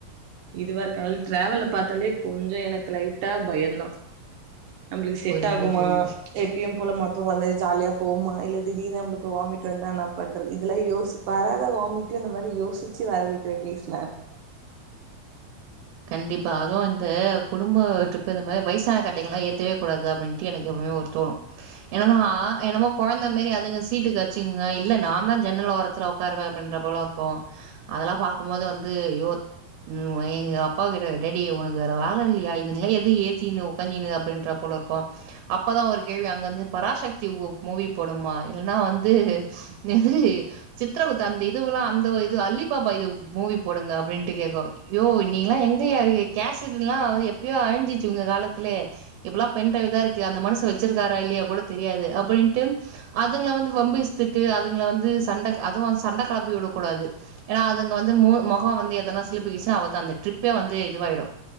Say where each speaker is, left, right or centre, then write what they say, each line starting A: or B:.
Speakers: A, on the right (about 70°); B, on the right (about 90°).
A: இதுவா இருக்க அனால டிராவல பாத்தாலே கொஞ்ச எனக்கு லைட்டா பயந்தா நம்ளுக்கு செட்
B: புரியுது,
A: ஆகுமா
B: புரியுது.
A: எப்பயும் போல மத்தவுங்கள மாரி ஜாலியா போவமா இல்ல திடீர்னு நம்ளுக்கு வாமிட் வந்தா என்ன பண்றது இதெல்லா யோசி வராத வாமிட்டு இந்த மாரி யோசிச்சு வர வ <unintelligible>
B: கண்டிப்பா அதுவு இந்த குடும்ப ட்ரிப்பு இந்த மாரி வயசான கட்டைங்களா ஏத்தவே கூடாது அப்டின்ட்டு எனக்கு எப்பவுமே ஒரு தோணு என்னனா என்னமோ கொழந்த மாரி அதுங்க சீட்டுக்கு அச்சுகுங்க இல்ல நாந்தா ஜன்னல் ஓரத்துல ஓக்காருவே அப்டின்ற போல இருக்கு அதெல்லா பாக்கு போது வந்து. ஐய்யோ ம் எங் அப் அப்பா கிட்ட டேடி உனக்கு வேற வேல இல்லையா இதுங்களா எது ஏத்தின்னு ஓக்காஞ்சின்னுு அப்டின்ற போல இருக்கு அப்பதா ஒரு கேள்வி அங்கிருந்து பராசக்தி ஓம் மூவி போடும்பா இல்லன்னா வந்து இது சித்திரகுத்த அந்த இதுவல்லா அந்த இது அல்லி பாபா இது மூவி போடுங்க அப்டின்ட்டு கேட்கோ அய்யோ நீ ல்லா எங்கேயா இருக்கு கேசிடல்லா. வந்து எப்பயோ அழிஞ்சிச்சு உங்க காலத்துலே இப்பல்லா பென் ட்ரைவ்தா இருக்கு அந்த மனுஷ வச்சிருக்காரா இல்லையா கூட தெரியாது அப்டின்ட்டும் அதுங்கலா வந்து வம்புஸ்த்துட்டு அதுங்கலா வந்து சண்ட அ அதுவு சண்ட கெளப்பிவிடும் கூடாது ஏன அதுங்க வந்து மொ மொகம் வந்து எதன சிலிப்புச்ச அவள்தா அந்த ட்ரிப் ந்து இதுவாயிடு